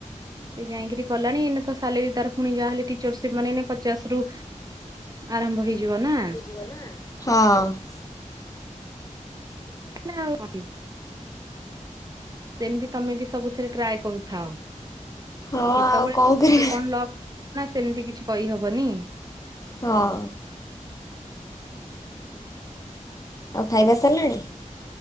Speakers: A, on the right (about 30°); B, on the left (about 25°).
A: ସେ ଯାଇଙ୍କିରି କଲାଣି ଏଇେନ ତ ସାଲେରୀ ତାର ପୁଣି ଯାହା ହେଲେ ଟିଚର ସିପ୍ ମାନେ ପଚାଶରୁ ଆରମ୍ଭ ହେଇଯିବ ନା।
B: ହଁ।
A: <unintelligible> ସେମତି ତମେ ବି ସବୁଥେରେ ଟ୍ରାଏ କରୁଥାଅ।
B: ହଁ
A: କେତବେଳେ
B: ଆଉ କଣ କରିବା
A: କଣ ଲକ ନା ସେମତି କିଛି କଇହବନି।
B: ହଁ। ଆଉ ଖାଇବା ସରିଲାଣି?